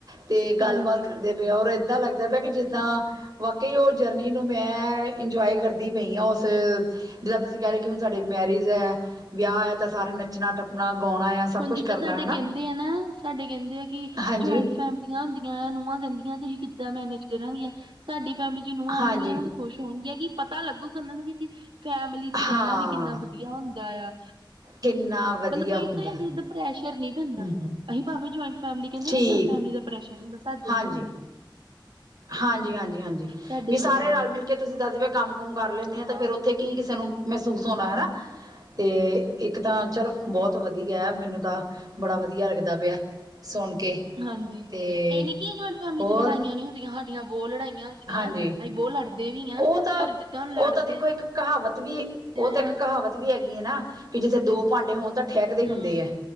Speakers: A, on the right; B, on the right.
A: ਤੇ ਗੱਲਬਾਤ
B: ਹਾਂਜੀ
A: ਕਰਦੇ ਪਏ ਔਰ ਏਦਾਂ ਲੱਗਦਾ ਪਿਆ ਕਿ ਜਿੱਦਾਂ ਵਾਕਈ ਉਹ ਜ ਚਟਨੀ ਨੂੰ ਮੈਂ ਇੰਜੋਏ ਕਰਦੀ ਪਈ ਹਾਂ ਉਸ ਜਿੱਦਾਂ ਤੁਸੀਂ ਕਹਿ ਰਹੇ ਕਿ ਹੁਣ ਸਾਡੇ ਮੈਰਿਜ ਹੈ ਵਿਆਹ ਹੈ, ਤਾਂ ਸਾਰੇ ਨੱਚਣਾ ਟੱਪਣਾ ਗਾਉਣਾ ਆ ਸਭ
B: ਹੁਣ
A: ਕੁਛ
B: ਜਿੱਦਾਂ
A: ਕਰਨਾ
B: ਸਾਡੇ
A: ਹੈ
B: ਕਹਿੰਦੇ ਆ ਨਾ, ਸਾਡੇ ਕਹਿੰਦੇ ਆ ਕਿ
A: ਹਾਂਜੀ
B: ਜੁਆਇੰਟ ਫੈਮਲੀਆਂ ਹੁੰਦੀਆਂ ਆ ਨੂੰਹਾਂ ਕਹਿੰਦੀਆਂ ਤੁਸੀਂ ਕਿੱਦਾਂ ਮੈਨੇਜ ਕਰਨਗੀਆ, ਸਾਡੀ ਫੈਮਿਲੀ ਜ ਨੂੰਹਾਂ
A: ਹਾਂਜੀ
B: ਆਉਣਗੀਆਂ ਨਾ ਤਾਂ ਖੁਸ਼ ਹੋਣਗੀਆਂ ਕਿ ਪਤਾ ਲੱਗੂਗਾ ਉਹਨਾਂ ਨੂੰ ਕਿ ਫੈਮਿਲੀ ਚ ਰਹਿਣਾ
A: ਹਾਂ
B: ਵੀ ਕਿੰਨਾ ਵਧੀਆ ਹੁੰਦਾ ਆ
A: ਕਿੰਨਾ ਵਧੀਆ
B: ਮਤਲਬ ਕੋਈ
A: ਹੁੰਦਾ
B: ਇੱਥੋਂ ਹੀ ਹੈ ਕਿ ਇੱਧਾਂ ਪ੍ਰੈਸ਼ਰ ਨਹੀਂ ਬਦਾ
A: ਹੂੰ ਹੂੰ
B: ਅਸੀ ਭਾਵੇਂ ਜਆਇੰਟ ਫੈਮਲੀ ਕਹਿੰਦੇ
A: ਠੀਕ
B: ਸਾਡੀ ਫੈਮਲੀ ਦਾ ਪ੍ਰੈਸ਼ਰ ਹੁੰਦਾ, ਸਾਦੇ
A: ਹਾਂਜੀ
B: ਨੀ ਹੁੰਦਾ।
A: ਹਾਂਜੀ ਹਾਂਜੀ ਹਾਂਜੀ
B: ਸਾਡੇ
A: ਵੀ ਸਾਰੇ
B: ਵਧੀਆ
A: ਰਲ ਮਿਲ ਕੇ, ਤੁਸੀਂ ਦੱਸਦੇ ਕੰਮ ਕੁਮ ਕਰ ਲੈਂਦੇ
B: ਹਾਂ
A: ਆ ਤੇ ਫੇਿਰ ਉੱਥੇ ਕੀ ਚਲੋ ਕਿਸੇ ਨੂੰ ਮਹਿਸੂਸ ਹੋਣਾ, ਹੈਨਾ ਤੇ ਇੱਕ ਤਾਂ ਚਲੋ ਬਹੁਤ ਵਧੀਆ, ਮੈਨੂੰ ਤਾਂ ਬੜਾ ਵਧੀਆ ਲੱਗਦਾ ਪਿਆ ਸੁਣ ਕੇ,
B: ਹਾਂਜੀ
A: ਤੇ
B: ਇਹ ਨੀ ਕਿ ਜੁਆਇੰਟ ਫੈਮਿਲੀ
A: ਹੋਰ
B: ਚ ਲੜਾਈਆਂ ਨਹੀਂ ਹੁੰਦੀਆਂ ਸਾਡੀਆਂ ਬਹੁਤ ਲੜਾਈਆਂ ਹੁੰਦੀਆਂ
A: ਹਾਂਜੀ
B: ਅਸੀਂ ਬਹੁਤ ਲੜਦੇ ਵੀ ਹਾਂ
A: ਉਹ ਤਾਂ,
B: ਪਰ ਜਿੱਦਾਂ ਹੁਣ ਲੜਦੇ
A: ਉਹ ਤਾਂ ਦੇਖੋ ਇੱਕ ਕਹਾਵਤ ਵੀ ਔਹ
B: ਆ
A: ਤਾਂ ਇੱਕ ਕਹਾਵਤ ਵੀ ਹੈਗੀ ਹੈ ਨਾ, ਕਿ ਜਿੱਥੇ ਦੋ ਭਾਂਡੇ ਹੋਣ ਤਾਂ ਠਹਿਕਦੇ ਹੀ
B: ਹਮ
A: ਹੁੰਦੇ ਐ,